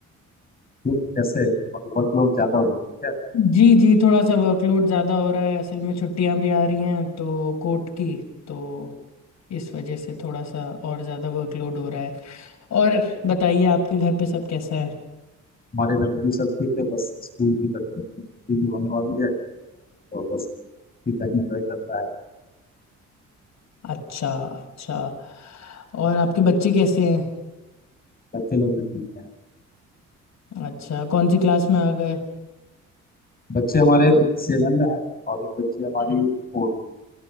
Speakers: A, on the left (about 30°); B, on the left (about 60°).
A: क्यों कैसे मतलब वर्कलोड ज्यादा हो जाएगा क्या
B: जी जी थोड़ा सा वर्कलोड ज़्यादा हो रहा है असल में छुट्टियाँ भी आ रही हैं तो कोर्ट की तो इस वजह से थोड़ा सा और ज़्यादा वर्कलोड हो रहा है और बताइए आपके घर पे सब कैसा है
A: हमारे घर में भी सब ठीक है बस स्कूल की बच्चे लोग की छुट्टी भी होने वाली है तो बस ठीक है इंजॉय करना है
B: अच्छा अच्छा और आपके बच्चे कैसे हैं
A: बच्चे लोग भी ठीक हैं
B: अच्छा कौन सी क्लास में आ गए
A: बच्चे हमारे एक सेवन में है और एक बच्ची हमारी फोर में